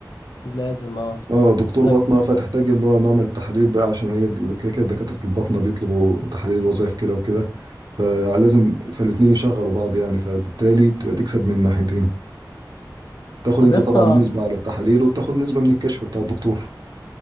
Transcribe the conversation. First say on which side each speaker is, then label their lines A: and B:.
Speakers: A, on the left; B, on the right.
A: لازم اه
B: اه دكتور
A: طيب
B: باطنه فتحتاج اللي هو معمل التحاليل بقى عشان ايه ال- كده كده دكاتره الباطنه بيطلبوا تحاليل وظائف كلى وكده فلازم فالاتنين يشغلوا بعض يعني فبالتالي تبقى تكسب من ناحيتين تاخد
A: طب
B: انت
A: يا
B: طبعا
A: اسطى
B: نسبه على التحاليل وبتاخد نسبه من الكشف بتاع الدكتور